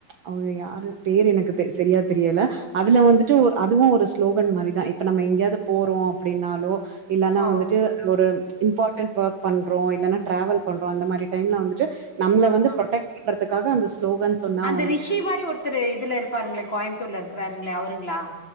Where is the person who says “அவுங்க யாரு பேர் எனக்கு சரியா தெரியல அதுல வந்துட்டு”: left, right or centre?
Right